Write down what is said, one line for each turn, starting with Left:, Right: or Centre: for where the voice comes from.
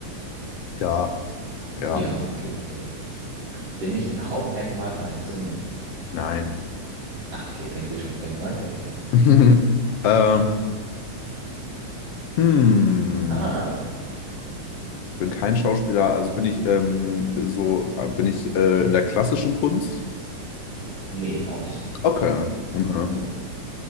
Left: ja, ja,
Right: Ja, okay, okay, okay. Bin ich ein Hauptmerkmal von einem Zimmer?
Left: nein.
Right: Ah, okay, kein Kühlschrank, kein. Okay, okay, okay.
Left: <laughs> Ähm, hm.
Right: Ha.
Left: bin kein Schauspieler, also bin ich ähm, so, äh, bin ich äh, in der klassischen Kunst?
Right: Nee, auch nicht.
Left: Okay. Mhm.
Right: Ja.